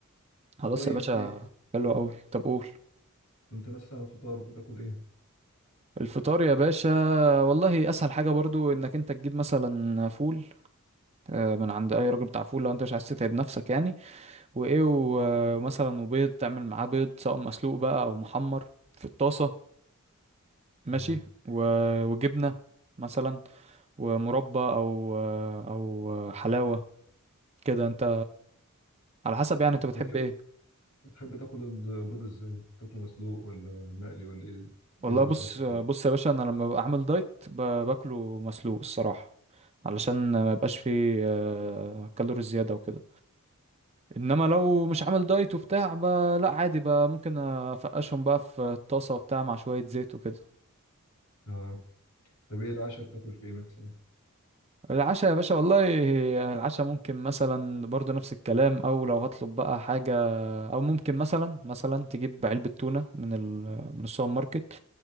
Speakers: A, on the right; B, on the left.
A: خلاص
B: طيب
A: يا باشا
B: في
A: حلو قوي طب قول
B: انت مثلا فطار بتاكل ايه
A: الفطار يا باشا والله اسهل حاجه برضو انك انت تجيب مثلا فول آه، من عند اي راجل بتاع فول لو انت مش عايز تتعب نفسك يعني وايه و- ومثلا وبيض تعمل معاه بيض سواء مسلوق بقى او محمر في الطاسه ماشي
B: اه
A: و- وجبنه مثلا ومربى او او حلاوه كده انت على حسب يعني انت بتحب
B: بتحب
A: ايه
B: بتحب تاكل البيض ازاي تاكله مسلوق ولا مقلي ولا ايه
A: والله
B: ايه بالظبط
A: بص بص يا باشا انا لما ببقى عامل دايت ب- باكله مسلوق الصراحه علشان ما يبقاش فيه آه، كالوريز زياده وكده انما لو مش عامل دايت وبتاع ب... لا عادي بقى ممكن افقشهم بقى في الطاسه وبتاع مع شويه زيت وكده
B: اه طب ايه العشاء بتاكل في ايه مثلا
A: العشاء يا باشا والله العشاء ممكن مثلا برضه نفس الكلام او لو هطلب بقى حاجه او ممكن مثلا مثلا تجيب علبه تونه من ال... من السوبر ماركت